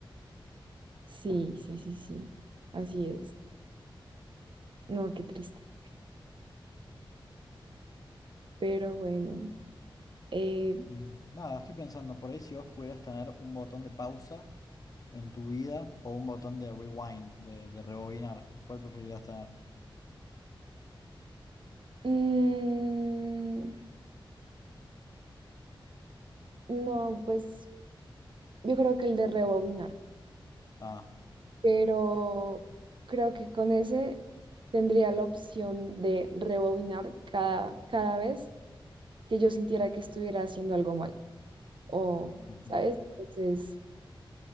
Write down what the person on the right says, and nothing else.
Sí, sí, sí, sí, así es. No, qué triste. Pero bueno, eh,
mm, no, pues yo creo que el de rebobinar,
pero creo que con ese tendría la opción de rebobinar cada, cada vez que yo sintiera que estuviera haciendo algo mal, o,
¿sabes? Entonces,